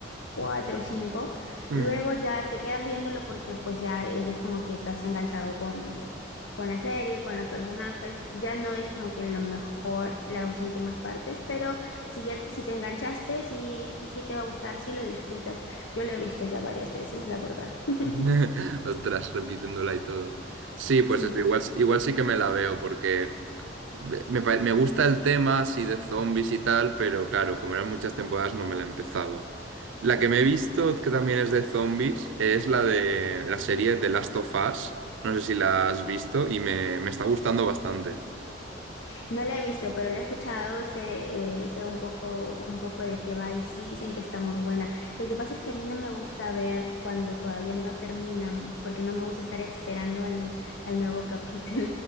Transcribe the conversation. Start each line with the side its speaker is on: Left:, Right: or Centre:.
Left: cuatro, cinco.
Right: Mm.
Left: Luego ya te quedas viéndolo porque pues ya eres como que estás enganchado con, con la serie, con los personajes. Ya no es como que lo mejor las últimas partes, pero si ya te- si te enganchaste, sí, sí te va a gustar, sí lo disfrutas. Yo lo he visto ya varias veces, la verdad. <laughs>
Right: <laughs> Ostras, repitiéndola y todo. Sí, pues
Left: Sí.
Right: eso, igual, igual sí que me la veo porque... Me, pa- me gusta el tema así de zombies y tal, pero claro, como eran muchas temporadas no me la empezaba. La que me he visto, que también es de zombies, es la de la serie The Last of Us. No sé si la has visto y me, me está gustando bastante.
Left: No la he visto, pero la he escuchado, sé, eh, sé un poco, un poco de qué va y sí dicen que está muy buena. Lo que pasa es que a mí no me gusta ver cuando todavía no terminan, porque no me gusta estar esperando al, al nuevo capítulo.